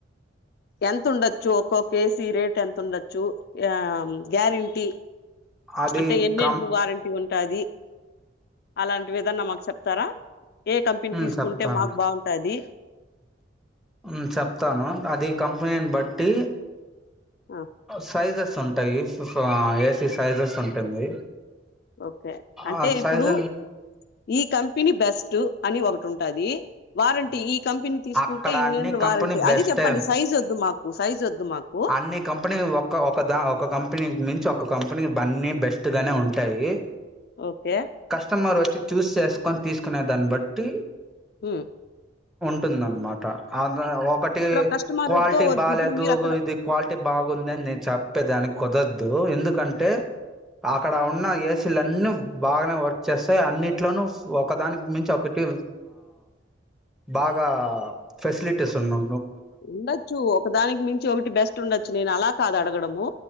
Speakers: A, on the left (about 55°); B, in the centre.
A: ఎంత ఉండొచ్చు ఒక్కొ ఏసీ రేట్ ఎంత ఉండొచ్చు ఆ గ్యారెంటీ
B: అది
A: అంటే ఏండ్లు
B: కం
A: వారంటీ ఉంట ఉంటది అలాంటి ఏదన్న మాకు చెప్తారా ఏ కంపెనీ
B: ఉమ్
A: తీసుకుంటే
B: చెప్తాను
A: మాకు బాగుంటాది
B: హు చెప్తాను అది కంపెనీని బట్టి
A: ఆ
B: సైజ స్ ఉంటాయి ఏసీ సైజస్ ఉంటుంది
A: ఓకే అంటే
B: ఆ
A: ఇప్పుడు
B: సైజ్
A: ఈ కంపెనీ బెస్ట్ అని ఒకటి ఉంటది వారంటీ కంపెనీ తీసుకుంటే
B: అక్కడ
A: ఇన్నేండ్లు
B: అన్ని కంపెనీ
A: వారంటీ
B: బెస్ట్
A: అది చెప్పండి సైజ్ వద్దు మాకు సైజ్ వద్దు మాకు
B: అన్ని కంపెనీ ఒక ఒక దా ఒక కంపెనీ మించి ఒక ఒక కంపెనీ అన్నీ బెస్ట్ గానే ఉంటాయి
A: ఓకే
B: కస్టమర్ వ చూస్ చేసుకొని తీసుకునే దాన్ని బట్టి
A: హు
B: ఉంటుందన్నమాట అ ఒకటి
A: కస్టమర్
B: క్వాలిటీ
A: తో వద్దు
B: బాలేదు
A: ఇప్పుడు మీరు అక్కడ
B: ఇది క్వాలిటీ బాగుంది అని నేను చెప్పేదానికి కుదరదు ఎందుకంటే అక్కడ ఉన్న ఏసీలున్నీ బాగానే వర్క్ చేస్తాయి అన్నిట్లోను ఒకదానికి మించి ఒకటి బా గా ఫెసిలిటీస్ ఉన్నా
A: ఉండొచ్చు ఒకదానికి మించి ఒకటి బెస్ట్ ఉండొచ్చు నేను అలా కాదు అడగడము